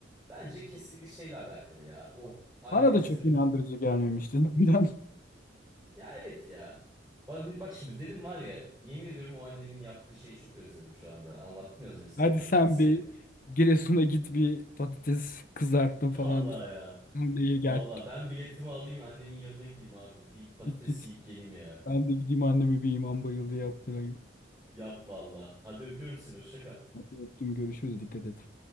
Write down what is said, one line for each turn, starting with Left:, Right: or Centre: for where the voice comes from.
Centre: bence kesinlikle şeyle alakalı ya. O annemizin
Left: Bana da çok inandırıcı gelmemişti zaten.
Centre: ya evet ya. Bak, bak şimdi dedim var ya yemin ediyorum o annemin yaptığı şeyi çok özledim şu anda. Anlattım ya az
Left: <laughs>
Centre: önce sana
Left: Hadi
Centre: patatesi.
Left: sen bir Giresun'a git bir patates kızartma
Centre: <laughs>
Left: falan
Centre: Vallahi
Left: işte.
Centre: ya.
Left: Anneye gel.
Centre: Vallahi ben biletimi alayım annemin yanına gideyim abi. Bir patates
Left: Git git.
Centre: yiyip geleyim ya.
Left: Ben de gideyim annemi bir imam bayıldığı yaptırayım.
Centre: Yap vallahi. Hadi öpüyorum seni hoşça kal.
Left: Hadi öptüm görüşürüz dikkat et.